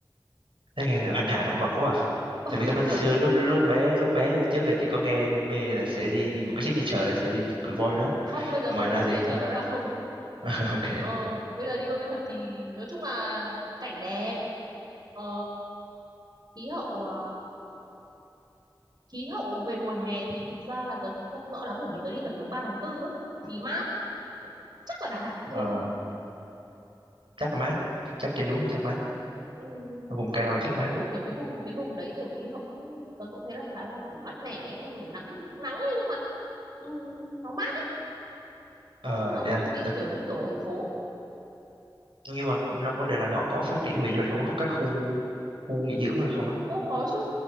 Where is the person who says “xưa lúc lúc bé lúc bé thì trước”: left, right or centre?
Right